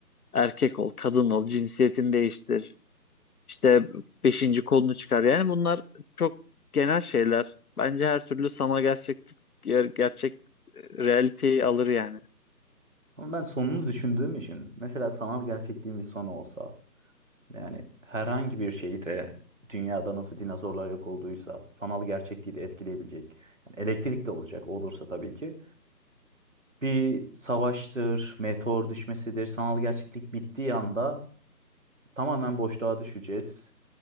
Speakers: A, on the left; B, on the right.
A: erkek ol, kadın ol, cinsiyetini değiştir, işte beşinci kolunu çıkar. Yani bunlar çok genel şeyler. Bence her türlü sanal gerçeklik, ger- gerçek e, realiteyi alır yani.
B: Ama ben sonunu düşündüğüm için mesela sanal gerçekliğin bir sonu olsa yani herhangi bir şeyi de dünyada nasıl dinozorlar yok olduysa sanal gerçekliği de etkileyebilecek. Yani elektrik de olacak olursa tabii ki. Bir savaştır, meteor düşmesidir. Sanal gerçeklik bittiği anda tamamen boşluğa düşeceğiz.